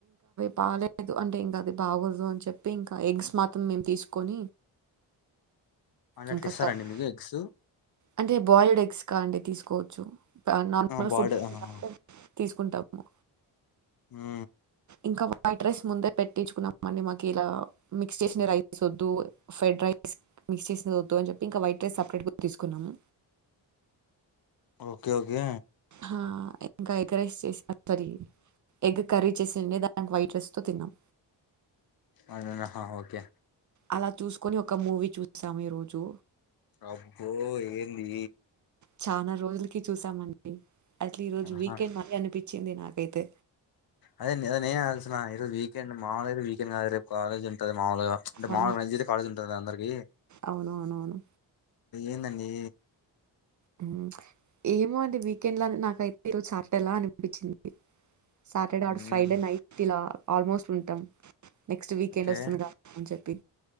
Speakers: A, on the right; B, on the left.
A: బాలేదు. అంటే ఇంకా అది బాగోదు అని చెప్పి ఇంకా ఎగ్స్ మాత్రం మేము తీసుకొని
B: అది
A: ఇంకా
B: అట్ల ఇస్తారా
A: కర్రీ
B: అండి మీకు ఎగ్స్
A: అంటే బాయిల్డ్ ఎగ్స్ కా అండి తీసుకోవచ్చు. నార్మల్
B: ఆ బాయిల్డ్
A: ఫుడ్ <unintelligible>
B: ఆహా
A: తీసుకుంటాము.
B: ఆ
A: ఇంకా వైట్ రైస్ ముందే పెట్టించుకున్నాం. అండి మాకు ఇలా మిక్స్ చేసిన రైస్ వద్దు ఫ్రెడ్ రైస్ మిక్స్ చేసిన వద్దు అని చెప్పి ఇంకా వైట్ రైస్ సపరేట్ తీసుకున్నాము.
B: ఓకే ఓకే
A: అహ ఇంకా ఎగ్ రైస్ చేసి సారీ ఎగ్ కర్రీ చేసుండే ద దాన్ని వైట్ రైస్ తో తిన్నాం.
B: ఆహా ఓకే
A: అలా చూసుకుని ఒక మూవీ చూ చూసాము. ఈ రోజు
B: అబ్బో ఏంది
A: చానా రోజులకి చూసామండి. అట్లా ఈ రోజు
B: ఆహా
A: వీకెండ్ మరి అనిపి వచ్చింది నాకైతే
B: అదేంది నేనే ఆలోచిస్తున్న చూస్తునా ఈరోజ్ వీకెండ్ మామూలుగా అయితే వీకెండ్ కాదు రేపు కాలేజ్ ఉంటుంది. మామూలుగా అంటే
A: ఆ!
B: మామూలుగా <unintelligible> కాలేజ్ ఉంటుంది కదా అందరికి
A: అవునవునవును
B: ఏందండీ.
A: హ్మా ఏమో అంటే వీకెండ్ లా నాకైతే ఈరోజు సాటర్డే లా అనిపించింది. Saturday or
B: hmm
A: Friday night ఇలా ఆల్మోస్ట్ ఉంటాం. నెక్స్ట్ వీకెండ్
B: ఓకే
A: వస్తుంది. గా అని చెప్పి